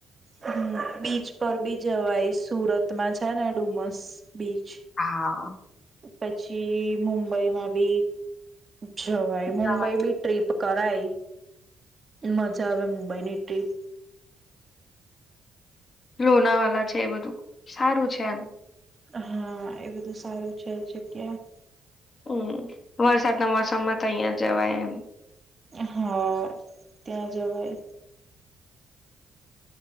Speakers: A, on the right (about 30°); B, on the left (about 40°).
A: હમ્મ બીચ પર બી જવાય સુરતમાં છે ને ડુમસ. બીચ
B: હા.
A: પછી મુંબઈમાં બી જવાય મુંબઈ
B: જવાય.
A: બી ટ્રીપ કરાય. મજા આવે મુંબઈની ટ્રીપ
B: લોનાવલા છે એ બધું સારું છે એમ.
A: હા એ બધું સારું છે જગ્યા.
B: હમ્મ વરસાદના મૌસમમાં તો અહિયાં જવાય એમ.
A: હા ત્યાં જવાય.